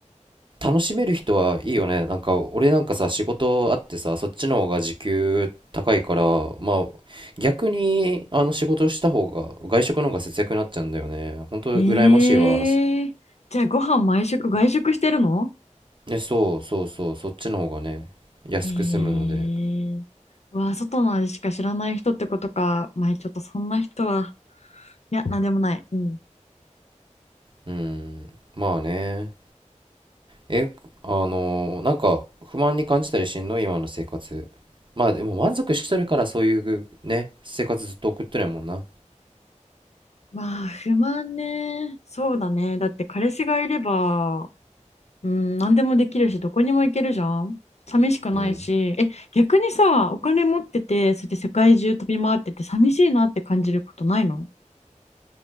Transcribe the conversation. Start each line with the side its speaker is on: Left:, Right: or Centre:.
Right: 楽しめる人はいいよね。なんか俺なんかさ、仕事あってさ、そっちの方が時給高いから、まあ逆にあの仕事した方が、外食の方が節約になっちゃうんだよね。本当羨ましいわ。
Left: ええーじゃあご飯毎食外食してるの
Right: ね、そうそうそう、そっちの方がね、安く済むので。
Left: えー、うわ、外の味しか知らない人ってことか。まあ、ちょっとそんな人は、いや、なんでもない。うん。
Right: うんまあねえあのーなんか不満に感じたりしんの今の生活まあでも満足しとるからそういうね生活ずっと送ってるやもんな
Left: まあ、不満ね。そうだね。だって彼氏がいれば、うん、何でもできるし、どこにも行けるじゃん。寂しくないし。
Right: うん
Left: え、逆にさ、お金持ってて、それで世界中飛び回ってて、寂しいなって感じることないの